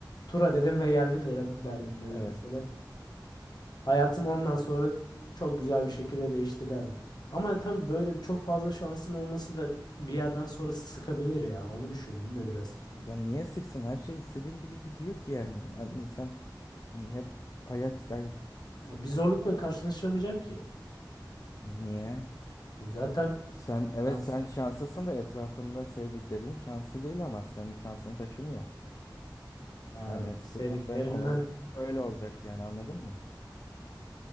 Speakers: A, on the left (about 60°); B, on the left (about 45°).
A: Tura dedim ve geldi der- derdim böyle
B: Evet.
A: mesela. Hayatım ondan sonra çok güzel bir şekilde değişti derdim. Ama tabii böyle çok fazla şansın olması da bir yerden sonra sıkabilir ya. Onu düşündüm de biraz.
B: Ya niye sıksın? Her şey istediğin gibi gidiyor ki yani. Yani sen niye hep hayat yani
A: Ya bir zorlukla karşılaşamayacağım ki.
B: niye?
A: E, Zaten
B: Sen evet
A: şansın.
B: sen şanslısın da etrafında sevdiklerin şanslı değil ama senin şansını taşımıyor.
A: Ya
B: Yani sınandığın
A: sevdiklerimden.
B: konu öyle olacak yani anladın mı?